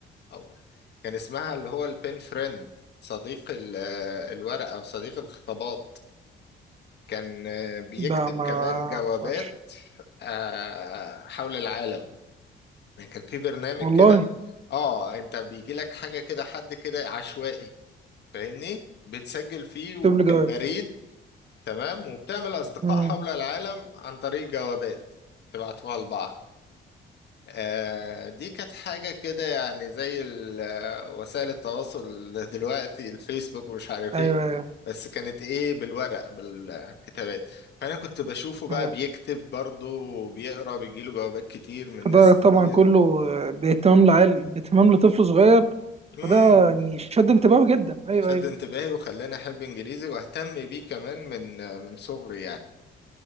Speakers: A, on the left (about 60°); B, on the right (about 30°).
A: أو كان اسمها اللي هو البين فريند صديق ال- آه، الورق أو صديق الخطابات كان آه، بيكتب
B: لا ما
A: كمان جوابات
B: اعرفش
A: آه، حول العالم يعني كان في برنامج
B: والله
A: كده اه انت بيجي لك حاجة كده حد كده عشوائي فاهمني بتسجل فيه
B: اكتب
A: وفي
B: لي جواب
A: البريد تمام وبتعمل أصدقاء
B: امم
A: حول العالم عن طريق جوابات تبعتوها لبعض آه، دي كانت حاجة كده يعني زي ال- آه، وسائل التواصل دلوقتي الفيسبوك ومش عارف
B: ايوه
A: ايه
B: ايوه
A: بس كانت ايه بالورق بالكتابات فأنا كنت بشوفه بقى
B: أيوة.
A: بيكتب برضه وبيقرا بيجيله جوابات كتير من ناس
B: فده طبعا
A: كتير
B: كله آه، باهتمام لعيل باهتمام لطفل صغير
A: امم
B: فده يعني شد انتباهه جدا ايوه
A: شد
B: ايوه
A: انتباهي وخلاني أحب إنجليزي وأهتم بيه كمان من آه، من صغري يعني